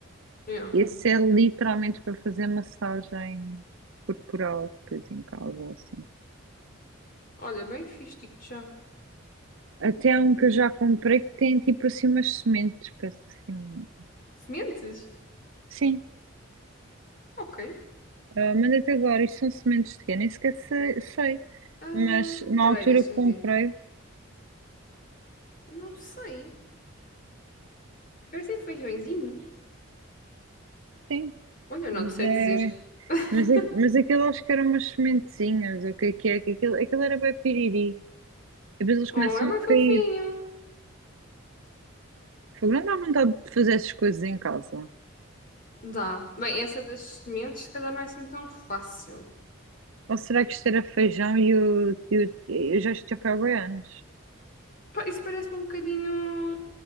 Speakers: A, on the left; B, on the right.
A: Yeah.
B: Esse é literalmente para fazer massagem corporal, depois em casa ou assim.
A: Olha, bem fixe, digo-te já.
B: Até há um que eu já comprei que tem tipo assim umas sementes, parece assim. um-
A: Sementes?
B: Sim,
A: Ok.
B: ah, mandei-te agora, isto são sementes de quê? Nem sequer sei, sei.
A: Ah,
B: mas na
A: espera
B: altura
A: aí, deixa
B: que comprei,
A: ver. Não sei. Parecem feijõezinhos.
B: sim.
A: Olha, não
B: Mas
A: te sei
B: é
A: dizer. <laughs>
B: Mas, aqu- mas aquilo acho que eram umas sementezinhas, o que é que é? que Aquilo, aquilo era bem piriri. E depois eles
A: Oh,
B: começam
A: é bem
B: a cair.
A: fofinho.
B: Fogo, não dá vontade de fazer essas coisas em casa.
A: Dá. Bem, essa das sementes, se calhar não é assim tão fácil.
B: Ou será que isto era feijão e o, e o- eu já isto já foi há bué anos?
A: Pá, isso parece-me um bocadinho.